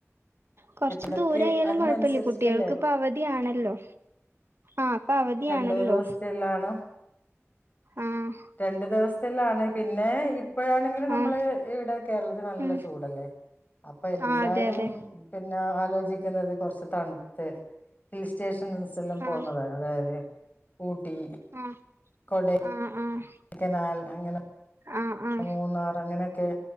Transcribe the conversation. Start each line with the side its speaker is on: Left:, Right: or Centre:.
Right: കൊറച്ച്
Left: അതൊക്കെ
Right: ദൂരയാലും
Left: അതിനനുസരിച്ചിട്ടല്ലേ
Right: കൊഴപ്പല്ല കുട്ടികൾക്ക് ഇപ്പൊ അവധിയാണല്ലോ ആഹ് ഇപ്പ അവധിയാണല്ലോ
Left: രണ്ടുപേരും ഹോസ്റ്റലാണോ
Right: ആഹ്
Left: രണ്ടു ദിവസത്തിലാണ് പിന്നെ ഈഹ് ഇപ്പോഴാണെങ്കില് നമ്മളെ
Right: ആഹ്
Left: ഈടെ കേരളത്തിൽ നല്ല
Right: ഉം
Left: ചൂടല്ലേ അപ്പൊ എല്ലാരും
Right: ആഹ് അതെ അതെ
Left: പിന്നെ ആലോചിക്കുന്നത് കൊറച്ച് തണുത്ത് ഹിൽ സ്റ്റേഷ ഹിൽസ്
Right: ആഹ്
Left: പോകുന്നതാണ് അതായത് ഊട്ടി
Right: ആഹ്
Left: കൊടെ
Right: ആഹ് ആഹ്
Left: ക്കേനാൽ അങ്ങനെ
Right: ആഹ് ആഹ്
Left: മൂന്നാർ അങ്ങനെയൊക്കെ